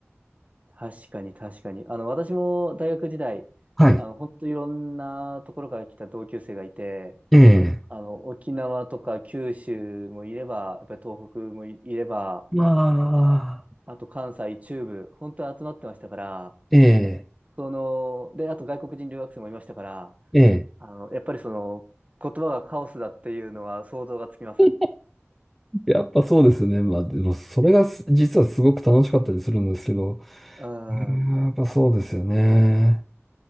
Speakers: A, on the right (about 30°); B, in the centre.
A: 確かに確かに。あの、私も大学時代、
B: はい。
A: あの、本当いろんなところから来た同級生がいて、
B: ええ。
A: あの、沖縄とか九州もいれば、やっぱり東北もい、いれば、
B: まあ、
A: あと関西、中部、本当に集まってましたから、
B: ええ。
A: その、で、あと外国人留学生もいましたから、
B: ええ。
A: あの、やっぱりその、言葉がカオスだっていうのは想像がつきます。
B: <laughs> やっぱそうですね。まあ、でもそれがす実はすごく楽しかったりするんですけど、
A: うん。
B: うんやっぱそうですよね。